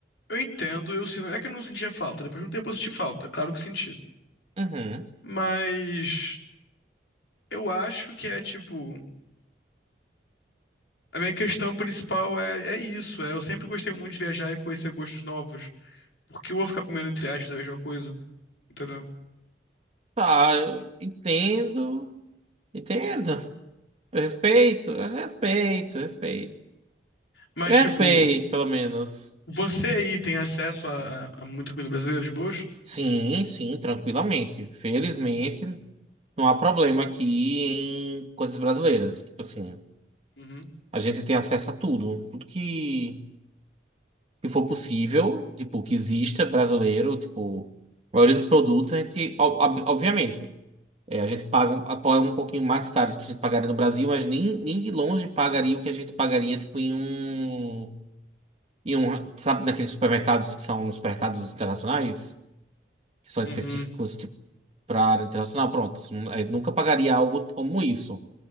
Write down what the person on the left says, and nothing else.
Eu entendo, eu sinto. É que eu não sentia falta. Depois de um tempo eu senti falta, claro que senti.
Mas. Eu acho que é, tipo. A minha questão principal é, é isso. É, eu sempre gostei muito de viajar e conhecer gostos novos. Porque eu vou ficar comendo, entre aspas, a mesma coisa, entendeu?
Mas,
tipo,
você aí tem acesso a, a- a muita comida brasileira de boas?
Uhum,
uhum,